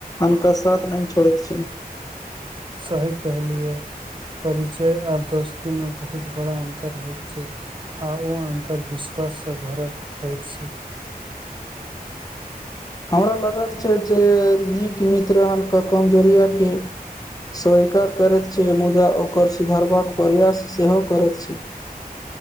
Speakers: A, on the left; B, on the right.
A: हुनका साथ नहि छोड़ैत छै
B: सही कहलियै परिचय आ दोस्ती मे बहुत बड़ा अंतर होयत छै आ ओ अंतर विश्वास से भरल होइत छै
A: हमरा लगत छै जे नीक मित्र हन केँ कमजोरिया केँ स्वीकार करैत छै मुदा ओकर सुधारबाक प्रयास सेहो करैत छै